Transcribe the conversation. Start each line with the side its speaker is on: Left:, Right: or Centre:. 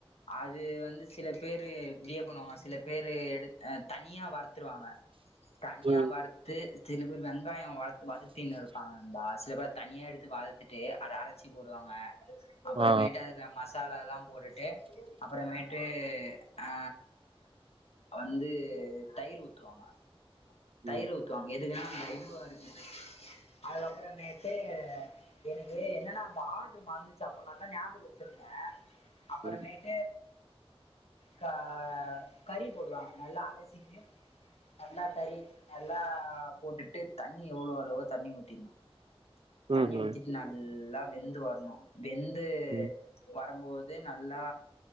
Left: அது வந்து சில பேரு பிரியா பண்ணுவாங்க சில பேரு எடு்த் தனியா வர ருவாங்க தனியா
Right: ம்
Left: வறுத்து திரிப்பி வெங்காயோ வ வதத்தின்ன ந்தா சில பேர் தனியா எடுத்து வதர்த்துட்டு அத அரைச்சி போடுவாங்க அப்புறமேட்டு
Right: ஆ
Left: அதுல மசாலால்லா போட்டுட்டு அப்புறமேட்டு ஆ வந்து தயிர் ஊத்துவாங்க தையிர்
Right: ம்
Left: ஊத்துவாங்க எதுக்குனா அந்த இதுவா இருக்கு அதுக்கப்புறமேட்டு எனக்கு என்னன்னா அந்த ஆட்டு <unintelligible> சாப்படுணு நல்லா ஞாபக வெச்சிருந்தே அப்புறம்மேட்
Right: ம்
Left: க கறி போடுவாங்க நல்லா அலசிட்டு நல்லா கறி நல்லா போட்டுட்டு தண்ணி எவ்ளோ அளவோ தண்ணி ஊத்திக்ணு
Right: ம்
Left: தண்ணி
Right: ம்
Left: ஊத்திட்டு நல்லா வெந்து வர்ணு வெந்து
Right: ம்
Left: வரம்போது நல்லா